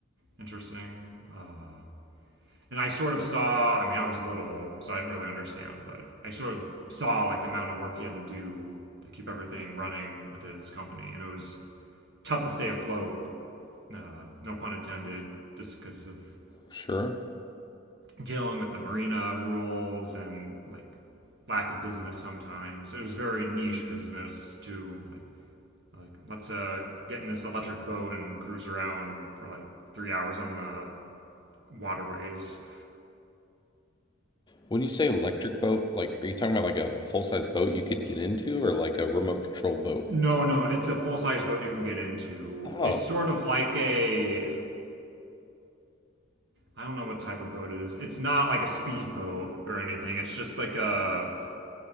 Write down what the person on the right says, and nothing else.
interesting. Uh, and I sort of saw, I mean, I was little, so I didn't really understand, but I sort of saw like the amount of work he had to do to keep everything running with his company. And it was tough to stay afloat, uh, no pun intended, just because of
dealing with the marina rules and like lack of business sometimes. It was very niche business too. Like, like let's uh, get in this electric boat and cruise around for like three hours on the waterways
No, no, it's a full size boat you can get into.
It's sort of like a I don't know what type of boat it is. It's not like a speedboat or anything. It's just like a